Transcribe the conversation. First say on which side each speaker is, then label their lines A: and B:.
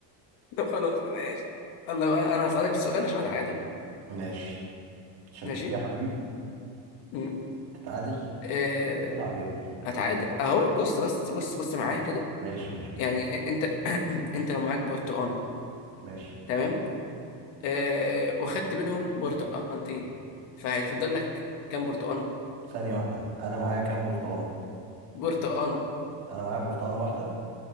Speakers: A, on the left (about 80°); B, on the right (about 55°).
A: طب خلاص انا اسف الله بقى انا هسألك سؤال عشان اتعادل
B: ماشي عشان
A: ماشي
B: تيجي يا حبيبي
A: امم
B: تتعادل
A: إيه...
B: العب يا ابني
A: اتعادل اهو بص بس بص بص معايا كده
B: ماشي ماشي ماشي
A: يعني إيه- انت <clears throat> انت لو معاك برتقانه
B: ماشي
A: تمام آه وخدت منهم برتقانتين فهيفضل لك كام برتقانة
B: ثانية واحدة انا معايا كام برتقانة
A: برتقانة
B: انا معايا برتقانة واحدة